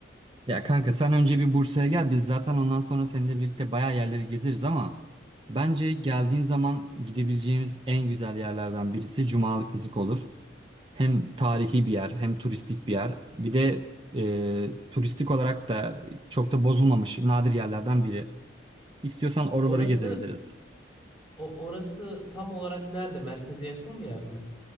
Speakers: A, on the right; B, on the left.
A: Ya kanka sen önce bir Bursa'ya gel. Biz zaten ondan sonra seninle birlikte bayağı yerleri gezeriz ama bence geldiğin zaman gidebileceğimiz en güzel yerlerden birisi Cumalı Kızık olur. Hem tarihi bir yer hem turistik bir yer. Bir de e, turistik olarak da çok da bozulmamış nadir yerlerden biri. İstiyorsan oraları
B: Orası
A: gezebiliriz.
B: O orası tam olarak nerede? Merkeze yakın bir yer mi?